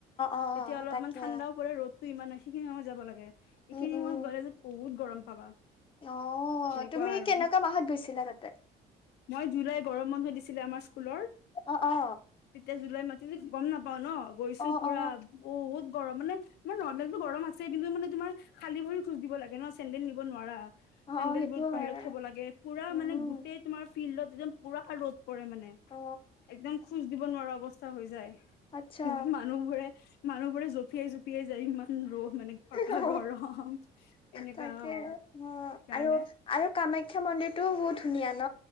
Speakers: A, on the left (about 30°); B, on the left (about 75°).
A: অ
B: তেতিয়া অলপমান
A: তাকে
B: ঠাণ্ডাও পৰে ৰদতটো ইমান সেইখিন সময় যাব লাগে। এইখিনি
A: উম উম
B: সময়ত গলে যে বহুত গৰম পাবা।
A: অ'
B: এনেকুৱা
A: তুমি
B: আৰু
A: কেনেকুৱা মাহত গৈছিলা তাতে?
B: মই জুলাই গৰম বন্ধ দিছিলে আমাৰ স্কুলৰ
A: অ অ
B: তেতিয়া জুলাই ম কিন্ত গম নাপাও ন গৈছো
A: অ
B: পুৰা
A: অ
B: বহুত গৰম মানে নৰ্মেলটো গৰম আছে কিন্তু মানে তোমাৰ খালী ভৰি খোজ দিব লাগে ন চেডেল নিব নোৱাৰা।
A: অ
B: চেডেল
A: অ সেইটো
B: বোৰত বাহিৰত
A: হয়
B: থ'ব লাগে পুৰা
A: উম
B: মানে গোটেই তোমাৰ ফিল্ডত, একদম পুৰাষৰ ৰ'দ পৰে মানে
A: অ
B: একদম খোজ দিব নোৱাৰা অৱস্থা হৈ যায়। উ,
A: আচ্ছা
B: মানুহবোৰে, মানুহবোৰে জঁপিয়াই-জপিয়াই যে ইমান ৰৌ মানে পকা
A: অ
B: গৰম এনেকুৱা
A: তাকে অ
B: সেইকাৰনে।
A: আৰু আৰু কামাখ্যা মন্দিৰটোও বহুত ধুনীয়া। ন